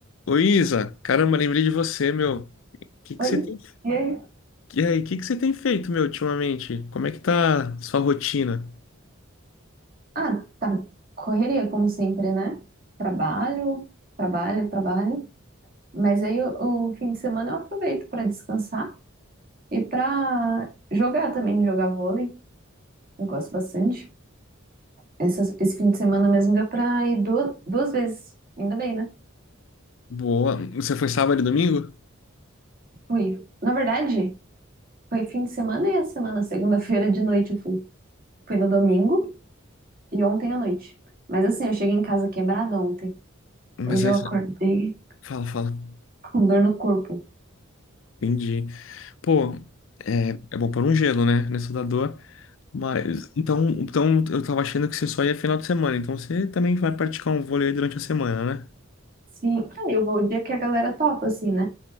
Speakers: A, on the left; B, on the right.
A: Ô Isa, caramba, lembrei de você, meu. Que que
B: Oi,
A: você tem...
B: E aí?
A: E aí, o que que você tem feito, meu, ultimamente? Como é que tá sua rotina?
B: ah, tá. Correria, como sempre, né? Trabalho, trabalho, trabalho. Mas aí o, o fim de semana eu aproveito para descansar e para jogar também, jogar vôlei. Eu gosto bastante. Essas- esse fim de semana mesmo deu para ir duas, duas vezes. Ainda bem, né?
A: Boa. Você foi sábado e domingo?
B: Fui. Na verdade, foi fim de semana e a semana, segunda-feira de noite eu fui. Fui no domingo e ontem à noite. Mas assim, eu cheguei em casa quebrada ontem.
A: Mas
B: Hoje
A: aí,
B: eu acordei
A: você- fala, fala.
B: com dor no corpo.
A: Entendi. Pô, é, é bom pôr um gelo, né, nessa da dor. Mas, então, então, eu tava achando que você só ia final de semana. Então, você também vai praticar um vôlei durante a semana, né?
B: Sim, ah, eu vou o dia que a galera topa, assim, né?